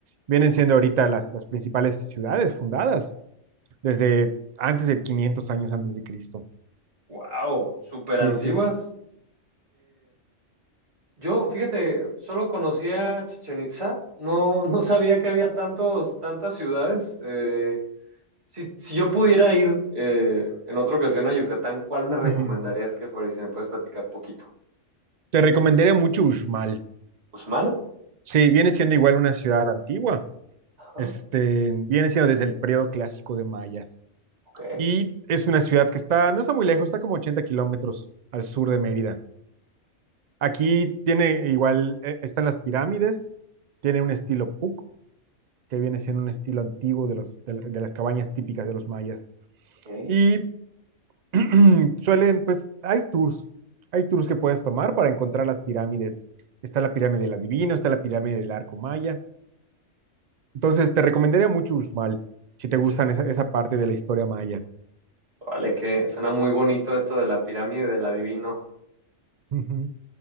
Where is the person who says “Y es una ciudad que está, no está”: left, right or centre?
Right